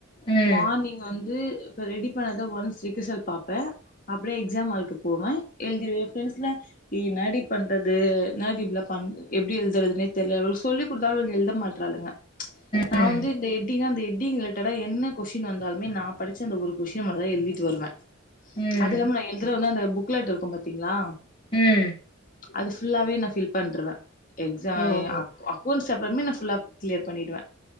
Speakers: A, on the left; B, on the left.
A: ம்
B: மார்னிங் வந் து இப்ப ரெடி பண்ணத ஒன்ஸ் ரிகசல் பாப்போ அப்டியே எக்ஸாம் ஹாலுக்கு போவே எழுதிவே எ ஃபிரண்ட்ஸ்லா என்னாடி பண்றது என்னாடி இப்டில பண் எப்டி எழுதுறதுனே தெர்ல இவுளுக சொல்லி குடுத்தாலு இவுளுங் எழுத மாட்றாளுங்க நா
A: ம்
B: வந்து இந்த எப்டினா இந்த இத் ஹெட்டிங் ரிலேட்டடா என்ன கொஷின் வந்தாலுமே நா படிச்ச அந்த ஒரு கொஷின்ன மட்டுந்தா எழுதிட்டு வருவே
A: ம்
B: அது இல்லாம நா எழுதுறவந்து அந்த புக் க்லேட்ருக்கு பாத்தீங்களா
A: ம்
B: அது ஃபுல்லாவே நா ஃபில் பண்ருவே எக்ஸா <unintelligible>
A: ஓ
B: அக் அக்கோண்ட்ஸ் <inaudible> அப்றமே நா ஃபுல்லா கிளியர் பண்ணிடுவே